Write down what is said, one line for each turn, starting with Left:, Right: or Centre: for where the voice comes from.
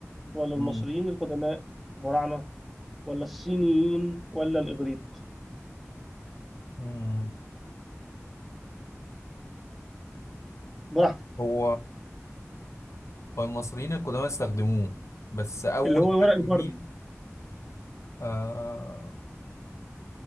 Centre: ولا
Left: مم،
Centre: المصريين القدماء الفراعنة ولا الصينيين ولا الإغريق
Left: مم.
Centre: براحتك
Left: هو والمصريين القدامى استخدموه بس أول
Centre: اللي هو الورق
Left: حد
Centre: البردي
Left: مين آه